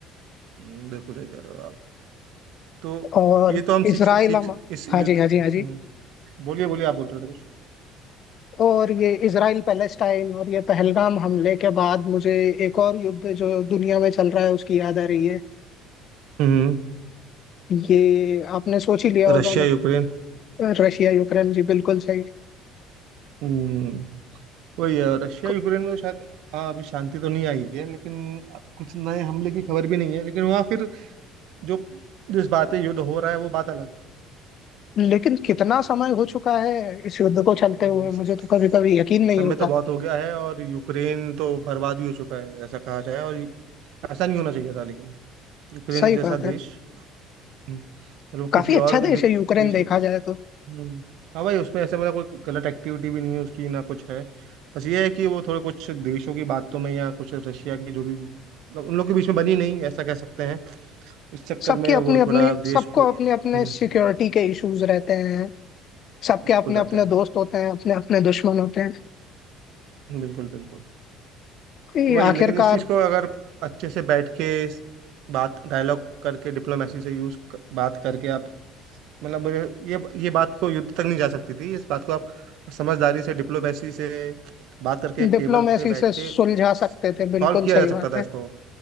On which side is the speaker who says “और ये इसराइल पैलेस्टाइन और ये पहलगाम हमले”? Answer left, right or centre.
Left